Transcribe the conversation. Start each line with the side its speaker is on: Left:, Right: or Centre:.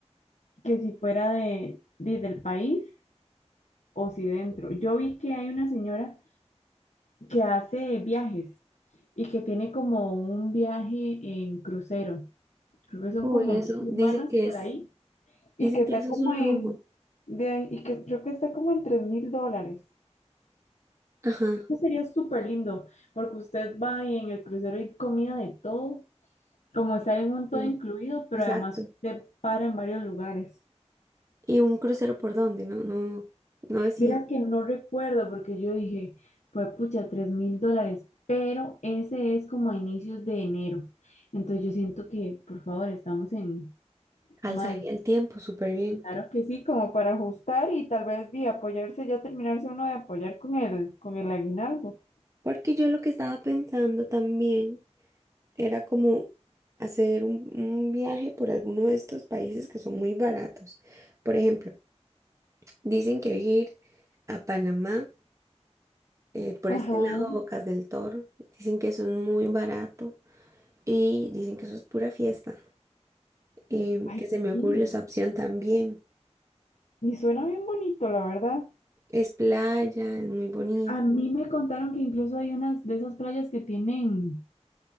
Left: que si fuera de, de- del país o si dentro. Yo vi que hay una señora que hace viajes y que tiene como un viaje en crucero. Creo que son
Right: Uy,
Left: como
Right: eso,
Left: dos semanas
Right: dicen que
Left: por
Right: es,
Left: ahí. Y
Right: dicen
Left: que está
Right: que eso
Left: como
Right: es un
Left: en,
Right: lujo.
Left: de ahí- y que creo que está como en tres mil dólares.
Right: Ajá,
Left: Esto sería súper lindo porque usted va y en el crucero hay comida de todo, como estar en un todo
Right: sí,
Left: incluido, pero
Right: exacto.
Left: además usted para en varios lugares.
Right: ¿Y un crucero por dónde? No, no, no decía.
Left: Vieras que no recuerdo porque yo dije, pues pucha, tres mil dólares, pero ese es como a inicios de enero. Entonces yo siento que, por favor, estamos en
Right: Alzaría
Left: mayo.
Right: el tiempo súper bien.
Left: Claro que sí, como para ajustar y tal vez de apoyarse, ya terminarse uno de apoyar con el, con el aguinaldo.
Right: Porque yo lo que estaba pensando también era como hacer un, un viaje por alguno de estos países que son muy baratos. Por ejemplo, dicen que ir a Panamá, eh, por
Left: Ajá.
Right: este lado, Bocas del Toro, dicen que eso es muy barato y dicen que eso es pura fiesta. em,
Left: Ay,
Right: que se me
Left: qué
Right: ocurre
Left: lindo.
Right: esa opción también.
Left: Y suena bien bonito, la verdad.
Right: Es playa, es muy bonito.
Left: A mí me contaron que incluso hay unas de esas playas que tienen